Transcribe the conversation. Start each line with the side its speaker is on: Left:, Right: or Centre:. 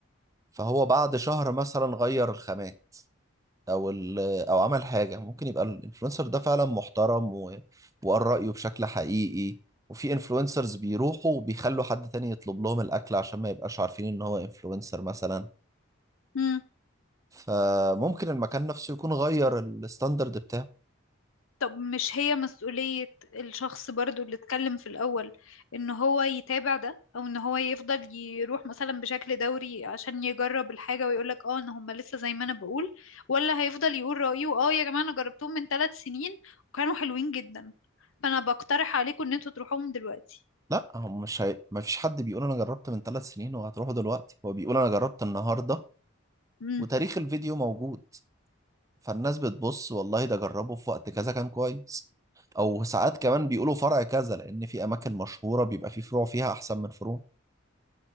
Right: فهو بعد شهر مثلا غير الخامات او ال- او عمل حاجه ممكن يبقى الانفلونسر ده فعلا محترم و... وقال رايه بشكل حقيقي وفي انفلونسرز بيروحوا وبيخلوا حد تاني يطلب لهم الاكل عشان ما يبقاش عارفين ان هو انفلونسر مثلا
Left: امم
Right: فممكن المكان نفسه يكون غير الستاندرد بتاعه
Left: طب مش هي مسؤولية الشخص برضو اللي اتكلم في الأول إن هو يتابع ده أو إن هو يفضل يروح مثلا بشكل دوري عشان يجرب الحاجة ويقولك اه إن هما لسه زي ما أنا بقول ولا هيفضل يقول رأيه اه يا جماعة أنا جربتهم من ثلاث سنين وكانوا حلوين جدا فأنا بقترح عليكم إن انتوا تروحوهم دلوقتي
Right: لا هو مش هي... ما فيش حد بيقول انا جربت من ثلاث سنين وهتروحوا دلوقتي هو بيقول انا جربت النهارده
Left: مم.
Right: وتاريخ الفيديو موجود فالناس بتبص والله ده جربه في وقت كذا كان كويس او ساعات كمان بيقولوا فرع كذا لان في اماكن مشهوره بيبقى في فروع فيها احسن من فروع